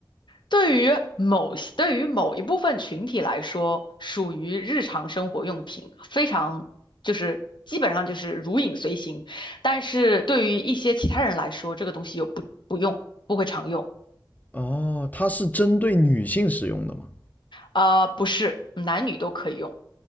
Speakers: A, on the left; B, on the left.
A: 对于某些对于某一部分群体来说，属于日常生活用品，非常就是基本上就是如影随形。但是对于一些其他人来说，这个东西又不不用，不会常用。
B: 哦，它是针对女性使用的吗？
A: 呃，不是，男女都可以用。